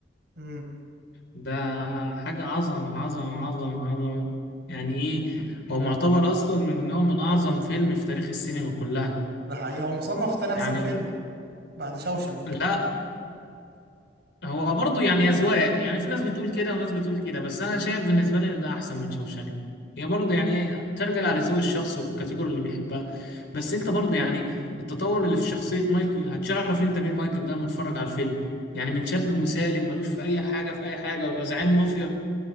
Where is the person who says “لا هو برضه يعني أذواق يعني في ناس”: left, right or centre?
Left